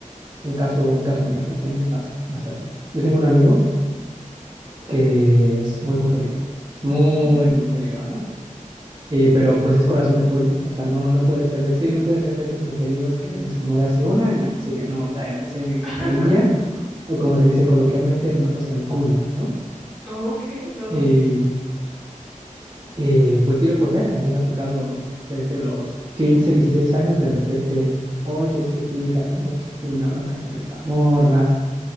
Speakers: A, on the right; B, in the centre.
A: un caso, un caso mío, ¿no? Que a mí me pasa bastante. Yo tengo un amigo que es muy mujeriego, es muy
B: ujú.
A: mujeriego, ¿no? Eh, pero pues es corazón de pollo, o sea, no, no puede ser de sí, no puede ser de estos mujeriegos que es como de hace una y la que sigue, no, o sea, él se encariña
B: <laughs>
A: o como se dice coloquialmente, el vato se encula, ¿no?
B: Ok, no.
A: Y Y pues tiro por viaje. A mí me ha tocado desde los 15 16 años, de repente, oye, es que fíjate, ¿no? Pues que tuve una bronca con esta morra.